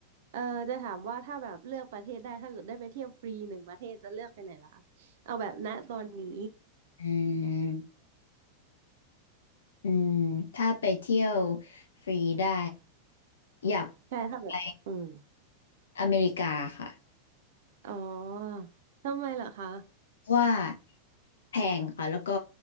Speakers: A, on the right; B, on the left.
A: เอ่อจะถามว่าถ้าแบบเลือกประเทศได้ ถ้าเกิดได้ไปเที่ยวฟรีหนึ่งประเทศจะเลือกไปไหนล่ะเอาแบบณตอนนี้
B: อืมอืมถ้าไปเที่ยวฟรีได้อยาก
A: ใช่ถ้าแบบอืม
B: ไปอเมริกาค่ะ
A: อ๋อทำไมเหรอคะ
B: ะว่าแพงค่ะแล้วก็